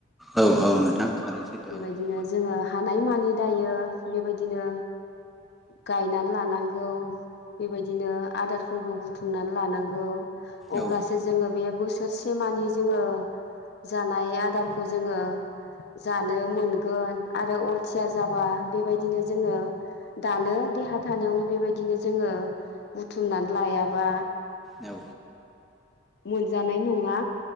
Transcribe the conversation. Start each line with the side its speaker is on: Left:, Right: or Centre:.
Centre: औ
Left: आरो
Centre: औ नोंथां थारैनो सैथो
Left: बेबायदिनो
Centre: औ
Left: जोङो हानाय मानि दायो बेबायदिनो गायनानै लानांगौ बेबायदिनो आदारफोरखौ बुथुमनानै लानांगौ ओह अब्लासो
Centre: औ
Left: जोङो बे बोसोरसे मानि जोङो जानाय आदारखौ जोङो जानो मोनगोन आरो अलसिया जाबा बेबायदिनो जोङो दानो देहा थानायावनो बेबायदिनो जोङो बुथुमनानै लायाबा
Centre: औ
Left: मोनजानाय नङा